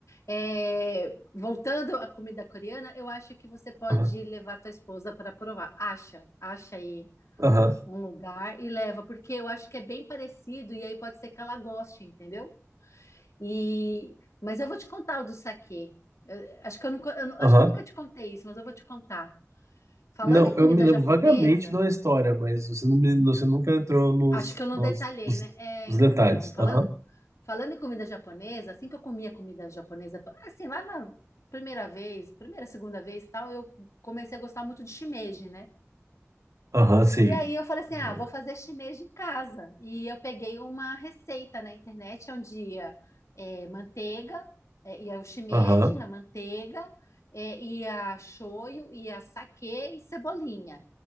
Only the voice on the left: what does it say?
é, voltando à comida coreana, eu acho que você pode
levar tua esposa para provar. Acha, acha aí
um lugar e leva, porque eu acho que é bem parecido e aí pode ser que ela goste, entendeu? E, mas eu vou te contar o do saquê. Eu- acho que eu, nunca, eu nu- acho
que eu nunca te contei isso, mas eu vou te contar. Falando
em comida
japonesa,
Acho que eu não
detalhei,
né? É,
então,
falando,
falando em comida japonesa, assim que eu comia comida japonesa, assim, lá na primeira vez, primeira, segunda vez, e tal, eu comecei a gostar muito de shimeji, né?
E aí eu falei assim,
ah, vou fazer chinês de casa. E eu peguei uma receita na internet onde ia é, manteiga, é, ia o shimeji
na manteiga, é, ia shoyu, ia saquê e cebolinha.